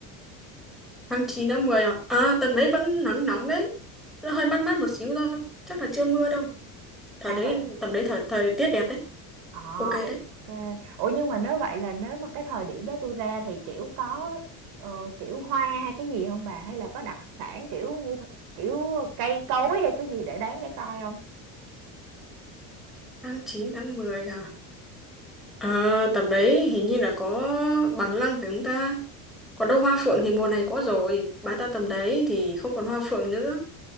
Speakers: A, in the centre; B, on the right.
A: Tháng 9 tháng 10 à? À, tầm đấy vẫn nắng nóng đấy. Nó hơi mát mát một xíu thôi. Chắc là chưa mưa đâu. Thời
B: À
A: đấy,
B: vậy hả?
A: tầm đấy thời thời tiết đẹp đấy.
B: Ờ
A: Ok đấy.
B: ok. Ủa nhưng mà nếu vậy là nếu mà cái thời điểm đó tôi ra thì kiểu có ờ, kiểu hoa hay cái gì không bà hay là có đặc sản kiểu như th- kiểu cây cối hay cái gì để đáng để coi không?
A: Tháng 9 tháng 10 hả? Ờ, tầm đấy hình như là có bằng lăng phải không ta? Còn đâu hoa phượng thì mùa này có rồi. Bà ta tầm đấy thì không còn hoa phượng nữa.